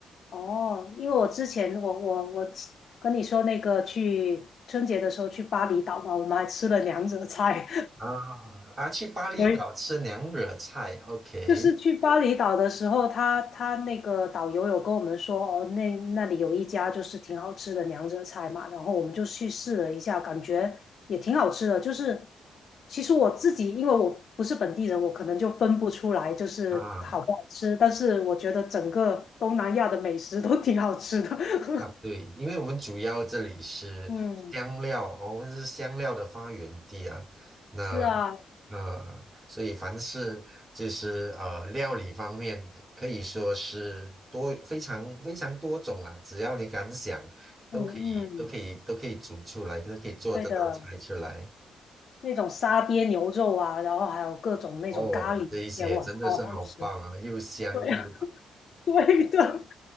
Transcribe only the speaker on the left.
哦，因为我之前我我我跟你说那个去春节的时候去巴厘岛嘛，我们还吃了娘惹菜，
<laughs> 所就是去巴厘岛的时候，他他那个导游有跟我们说，哦，那那里有一家就是挺好吃的娘惹菜嘛，然后我们就去试了一下，感觉也挺好吃的。就是其实我自己，因为我不是本地人，我可能就分不出来就是好不好吃，
但是我觉得整个东南亚的美食都挺好吃的。<laughs>
嗯，
是啊，
嗯嗯，
对的，那种沙爹牛肉啊，然后还有各种那种咖喱，
也哇，超好吃。
对。啊。<laughs> 对的，